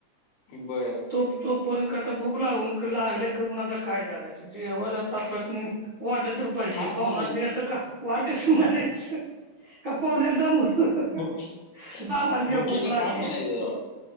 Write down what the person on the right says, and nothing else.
तो तोपर्यंत आता भूक लागून लागल्या खरं पण आता काय करायचं? जेवायला आता <unintelligible> वाढलं तर पाहिजे,
पाहुणा
तर येत का, वाढ कसं म्हणायचं? त्या पाहुण्याला जा म्हण
जा आम्हाला जेव
भुक लागल्या.